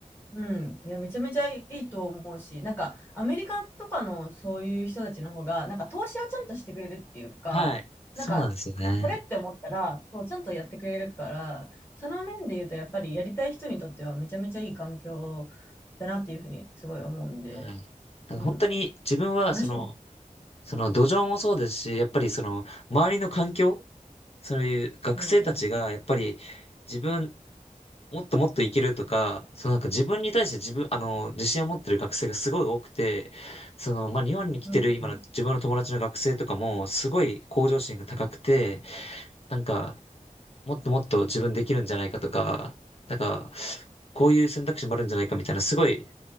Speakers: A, on the left; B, on the left.
A: うん。いや、めちゃめちゃいいと思うし、なんか、アメリカとかのそういう人たちの方が、なんか、投資をちゃんとしてくれるっていうか、
B: はい。そうなんですよね。
A: なんか、これって思ったら、そう、ちゃんとやってくれるから、その面で言うと、やっぱりやりたい人にとってはめちゃめちゃいい環境だなっていうふうにすごい思うんで、
B: はい。だから本当に自分は、
A: うん。楽しみです。
B: その、その土壌もそうですし、やっぱりその、周りの環境、そういう学生たちが、
A: うん、うん、
B: やっぱり自分もっともっといけるとか、そのなんか自分に対して自分、あの、自信を持ってる学生がすごい多くて、その、まあ、日本に来てる今の自分の友達の学生とかも、
A: うん、うん、
B: すごい向上心が高くて、
A: うん、
B: なんか、もっともっと自分できるんじゃないかとか、なんか、こういう選択肢もあるんじゃないかみたいな、すごい、